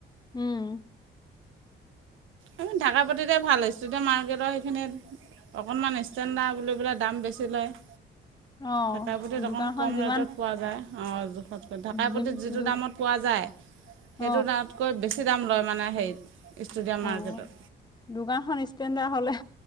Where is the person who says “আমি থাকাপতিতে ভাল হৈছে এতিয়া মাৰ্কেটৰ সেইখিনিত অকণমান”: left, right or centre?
Right